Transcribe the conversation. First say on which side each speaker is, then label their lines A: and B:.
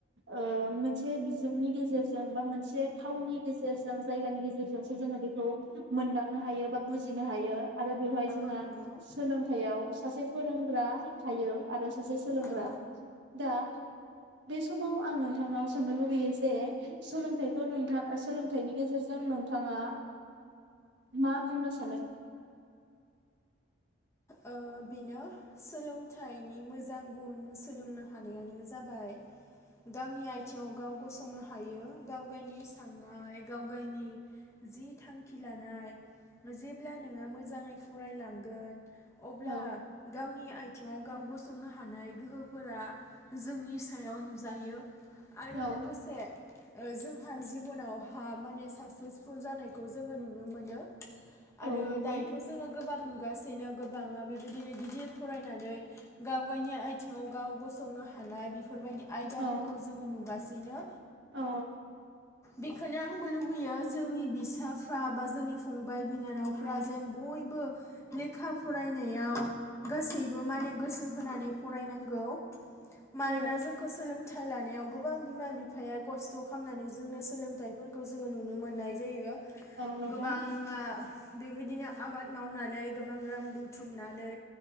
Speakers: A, on the right (about 70°); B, on the left (about 15°).
A: ओ मोनसे बिजोंनि गेजेरजों बा मोनसे थाावननि गेजेरजों जायगानि गेजेरजोंसो जोङो बेखौ मोनदांनो हायो बा बुजिनो हायो। आरो बेवहाय जोंहा
B: औ नंगौ
A: सोलोंथायाइयाव सासे फोरोंग्रा थायो। आरो सासे सोलोंग्रा
B: औ
A: दा बे समाव आं नोंथांनाव सोंनो लुगैयो जे सोलोंथाइखौ नोंथां सोलोंथाइनि गेजेरजों नोंथाङा मा बुंनो सानो?
B: ओ बेनो सोलोंथाइनि मोजां गुन सोलोंनो हानायानो जाबाय गावनि आथिङाव गाव गसंनो हायो गाव गावनि साननाय गाव गावनि जि थांखि लानाय जेब्ला नोङो मोजाङै फरायलांगोन अब्ला
A: औ
B: गावनि आथिङाव गाव गसंनो हानाय गोहोफोरा जोंनि सायाव नुजायो आरो
A: औ
B: लोगोसे ओ जोंहा जिबनावहा माने साकसेसफुल जानायखौ जोङो नुनो मोनो आरो
A: औ नंगौ
B: दायोथ' जोङो गो गोबां नुगासि नो गोबाङा बेबायदिनो गिदिर फरायनानै गाव गावनि आथिङाव गाव गसंनो हानाय बेफोरबायदि आयदाफोरखौ
A: औ
B: जोङो नुगासि इनो
A: औ
B: बेखोनो आंबो लुबैयो जोंनि बिसाफ्रा बा जोंनि फंबाय बिनानावफ्रा जेन बयबो लेखा फरायनायाव गासैबो माने गोसो होनानै फरायनांगौ मानोना
A: औ
B: जोंखो सोलोंथाइ लानायाव गोबां बिमा बिफाया खस्थ' खालामनानै जोंनो सोलोंथाइफोरखौ जोङो नुनो मोननाय जायो
A: औ नंगौ
B: गोबाङा बेबायदिनो आबाद मावनानै गोबां रां बुथुमनानै